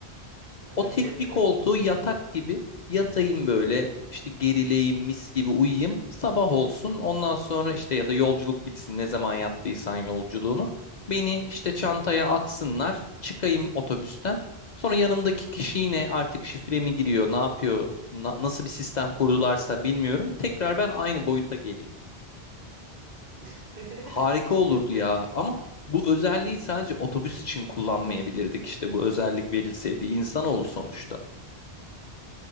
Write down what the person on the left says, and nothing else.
O tekli
koltuğu yatak gibi yatayım böyle işte gerileyim mis gibi uyuyayım sabah olsun ondan sonra işte ya da yolculuk bitsin ne zaman yaptıysan yolculuğunu beni işte çantaya
atsınlar çıkayım otobüsten sonra yanımdaki kişi yine artık şifre mi giriyor ne yapıyor na- nasıl bir sistem kurdularsa bilmiyorum tekrar ben aynı boyuta geleyim
harika olurdu ya ama bu özelliği sadece otobüs için kullanmayabilirdik işte bu özellik verilseydi insanoğlu sonuçta